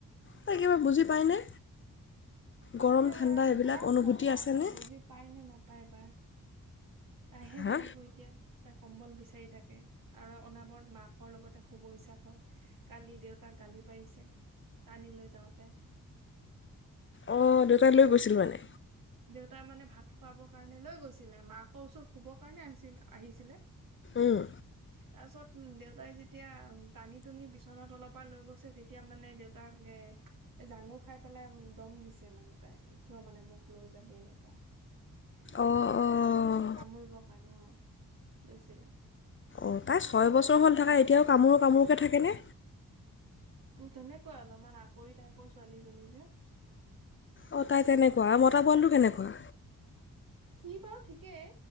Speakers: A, on the left; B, on the right.
A: তাই কিবা বুজি পায়নে? গৰম
B: এতিয়া
A: ঠাণ্ডা এইবিলাক
B: গম
A: অনুভূতি
B: নাপাওঁ
A: আছেনে
B: তাই বুজি পায় নে নাপায় বা তাইহে
A: হা
B: জানিব এতিয়া, তাই কম্বল বিচাৰি বিচাৰি থাকে আৰু অনাবৰত মাকৰ লগতে শুব ইচ্ছা কৰে। কালি দেউতাক গালি পাৰিছে, টানি লৈ যাওঁতে।
A: অঁ দেউতাই লৈ গৈছিল মানে।
B: দেউতাই মানে ভাত খুৱাব কাৰণে লৈ গৈছিলে। মাকৰ ওচৰত শুবৰ কাৰণে আছিল আহিছিলে।
A: উম
B: তাৰ পিছত দেউতাই যেতিয়া টানি-টুানি বিচনাৰ তলৰ পৰা লৈ গৈছে তেতিয়া মানে দেউতাক-এ জাঙুৰ খাই পেলাই দম দিছে মানে তাই কিয় মানে মোক লৈ যাবি এনেকুৱা
A: অঁ অঁ
B: কামুৰিব--কামুৰিবৰ কাৰণে অ। গৈছিলে।
A: অঁ তাই ছয় বছৰ হ'ল থকা এতিয়াও কামোৰো কামোৰোকে থাকে নে?
B: উম তেনেকুৱা অলপমান আকৰি টাইপৰ ছোৱালীজনী যে,
A: অ তাই তেনে খোৱা মতা বলটো
B: উম
A: কেনেকুৱা?
B: সি বাৰু ঠিকেই,